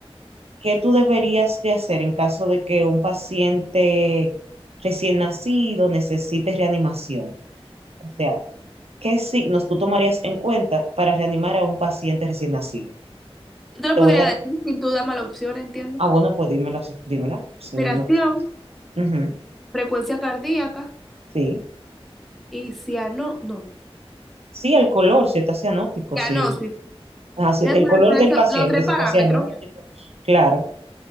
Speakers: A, on the right (about 80°); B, in the centre.
A: qué tú deberías de hacer en caso de que un paciente recién nacido necesite reanimación. O sea, ¿qué signos tú tomarías en cuenta para reanimar a un paciente recién nacido?
B: Yo te lo
A: Te
B: podría
A: voy a dar...
B: decir sin tú darme la opción, entiendo.
A: Ah, bueno, pues dímela, su- dímela. Sí,
B: Respiración,
A: no tienes. Ujú,
B: frecuencia cardíaca
A: Sí.
B: y ciano, no,
A: Sí, el color, si está cianótico,
B: cianosis.
A: sí. Ajá, sí,
B: Esos
A: el
B: son
A: color
B: las
A: del
B: tres-
A: paciente,
B: los tres
A: si
B: parámetros.
A: está cianótico, claro.